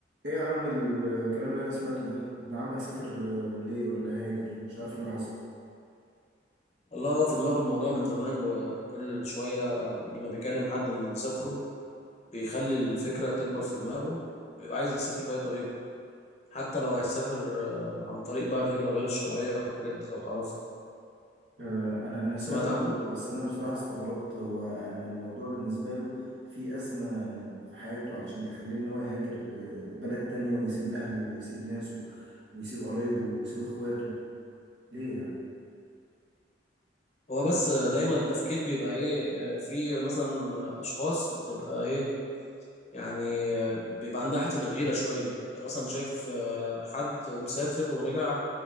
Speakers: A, on the right; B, on the left.
A: ايه يا عم الكلام اللي انا سمعته ده ابن عمك سافر آه، ليه ولا هاجر مش عارف إيه اللي حصل
B: والله هو في دماغه الموضوع من زمان وكل شوية لما بيكلم حد من اللي سافروا بيخلي الفكرة تكبر في دماغه بيبقى عايز يسافر بأي طريقة حتى لو هيسافر آه، عن طريق بقى الهجرة غير الشرعية أو الحاجات دي لو تعرفها
A: آه، انا انا سمعت
B: سمعت
A: الموضوع
B: عنه
A: بس انا بصراحة استغربت هو يعني الموضوع بالنسبة له في أزمة يعني في حياته علشان تخليه ان هو يهاجر آه، بلد تانية ويسيب اهله ويسيب ناسه ويسيب قرايبه ويسيب اخواته ليه يعني
B: هو بس آه، دايما التفكير بيبقى إيه آه، في مثلا أشخاص بتبقى إيه يعني آه، بيبقى عندها حتة الغيرة شوية يعني مثلا شايف آه، حد مسافر ورجع